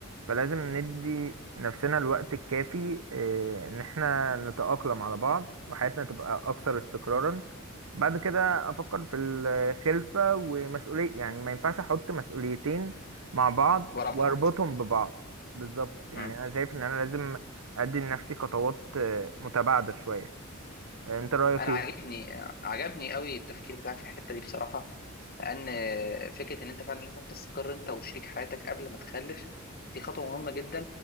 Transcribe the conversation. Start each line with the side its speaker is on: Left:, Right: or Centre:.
Right: فلازم ندي نفسنا الوقت الكافي آه، ان احنا نتأقلم على بعض وحياتنا تبقى اكثر استقرارا بعد كده افكر في الخلفة ومسؤولية يعني ما ينفعش احط مسؤوليتين مع بعض
Left: ورا
Right: واربطهم
Left: بعض
Right: ببعض بالظبط يعني
Left: امم
Right: انا شايف ان انا لازم ادي لنفسي خطوات آه، متباعده شويه آه، انت رايك
Left: انا
Right: ايه
Left: عاجبني عجبني قوي التفكير بتاعك في الحته دي بصراحه لان فكره ان انت فعلا لازم تستقر انت وشريك حياتك قبل ما تخلف دي خطوه مهمه جدا